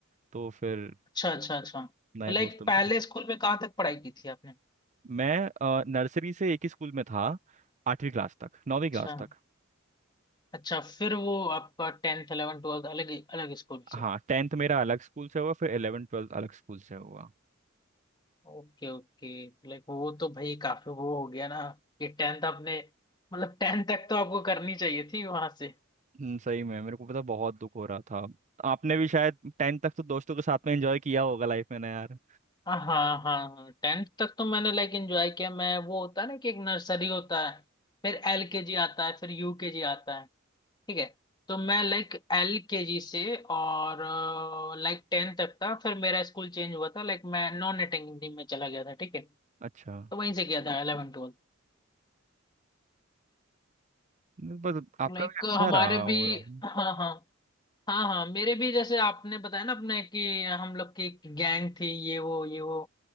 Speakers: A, on the right; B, on the left.
A: तो फिर
B: अच्छा अच्छा अच्छा
A: नए
B: तो लाइक
A: दोस्तों में
B: पहले
A: तो
B: स्कूल में कहाँ तक पढ़ाई की थी आपने
A: मैं नर्सरी से एक ही स्कूल में था आठवीं क्लास तक नौवीं
B: अच्छा
A: क्लास तक
B: अच्छा फिर वो आपका टेंथ 11th 12th अलग अलग स्कूल
A: हाँ
B: से
A: टेंथ मेरा अलग स्कूल से हुआ फिर इलेवन ट्वेल्थ अलग स्कूल से हुआ
B: Okay okay तो लाइक वो तो भाई काफी वो हो गया ना कि टेंथ आपने मतलब टेंथ तक तो आपको करनी चाहिए थी वहां से
A: हम्म, सही में मेरे को पता बहुत दुख हो रहा था आपने भी शायद टेंथ तक तो दोस्तों के साथ में एंजॉय किया होगा लाइफ में ना यार
B: हाँ हाँ हाँ टेंथ तक तो मैंने लाइक एंजॉय किया मैं वो होता है ना कि एक नर्सरी होता है फिर एलकेजी आता है फिर यूकेजी आता है ठीक है तो मैं लाइक एल के जी से और लाइक टेन तक था फिर मेरा स्कूल चेंज हुआ था लाइक मैं नॉन अटेंडिंग में चला गया था ठीक है
A: अच्छा
B: तो वहीं से किया था इलेवन ट्वेल्थ
A: नहीं, बस आपका
B: तो लाइक
A: भी अच्छा
B: हमारे
A: रहा
B: भी
A: ओवरऑल
B: हाँ हाँ हाँ हाँ मेरे भी जैसे आपने बताया ना अपने कि हम लोग की गैंग थी ये वो ये वो